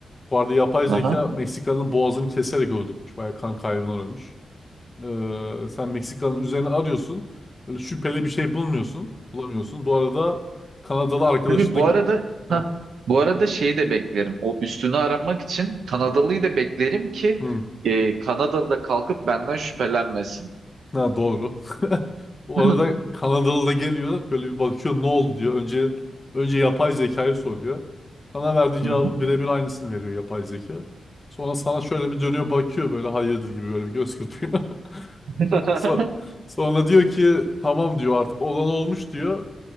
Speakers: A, on the left (about 20°); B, on the right (about 75°).
A: Bu arada yapay
B: Aha.
A: zeka Meksikalı'nın boğazını keserek öldürmüş. Bayağı kan kaybından ölmüş. Ee, sen Meksika'nın üzerine arıyorsun. Böyle şüpheli bir şey bulmuyorsun. Bulamıyorsun. Bu arada Kanadalı arkadaşın
B: Tabii
A: da...
B: bu arada ha
A: Ha,
B: bu arada şeyi de beklerim. O üstünü aramak için Kanadalıyı da beklerim ki
A: hı,
B: e, Kanadalı da kalkıp benden şüphelenmesin.
A: ha, doğru. <laughs> Bu
B: <laughs> Hı
A: arada Kanadalı da geliyor. Böyle bir bakıyor ne oldu diyor. Önce önce yapay zekayı soruyor. Sana verdiği
B: hı.
A: cevabın birebir aynısını veriyor yapay zeka. Sonra sana şöyle bir dönüyor bakıyor böyle hayırdır gibi böyle bir göz kırpıyor. <laughs>
B: <laughs>
A: So- Sonra diyor ki tamam diyor artık olan olmuş diyor.